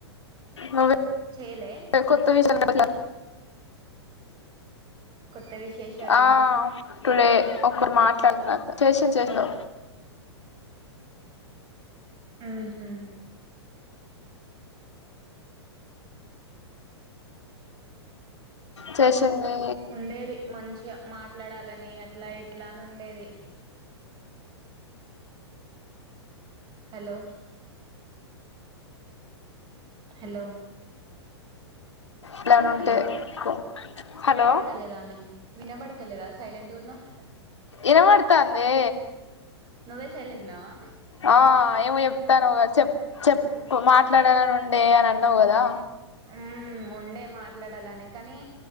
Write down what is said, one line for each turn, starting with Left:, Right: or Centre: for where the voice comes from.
Left: నువ్వే
Right: చేయలే
Left: కొత్త విశాల్ మాట్లా
Right: కొత్త విశేషాలంటే
Left: ఆ టుడే ఒకరు మాట్లాడినంతా చేసిన్ చేసినా
Right: ఉహు
Left: చేసింది
Right: ఉండేది మంచిగా మాట్లాడాలని అట్లా ఇట్లా అని ఉండేది. హలో హలో
Left: ప్లాన్ ఉంటే
Right: హలో
Left: కో
Right: వినబడతలేదానే
Left: హలో
Right: వినబడతలేదా సైలెంట్ ఉన్నావ్
Left: ఇనబడ్తాందే
Right: నువ్వే సైలెంట్ ఉన్నావా
Left: ఆ ఏమో చెప్తాన్నావ్ గా చెప్, చెప్ <unintelligible> మాట్లాడాలని ఉండే అని అన్నావు గదా.
Right: ఉమ్మ్ ఉండే మాట్లాడాలని కానీ